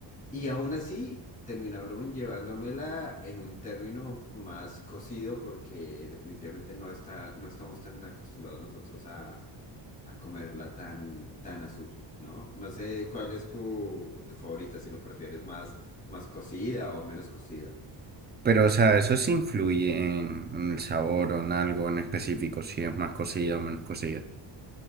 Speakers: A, on the left (about 15°); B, on the right (about 20°).
A: Y aún así terminaron llevándomela en un término más cocido porque definitivamente no está, no estamos tan acostumbrados nosotros a, a comerla tan, tan azul, ¿no? No sé cuál es tu, tu favorita, si lo prefieres más, más cocida o menos cocida.
B: Pero, o sea, eso sí influye en, en el sabor o en algo en específico, si es más cocida o menos cocida.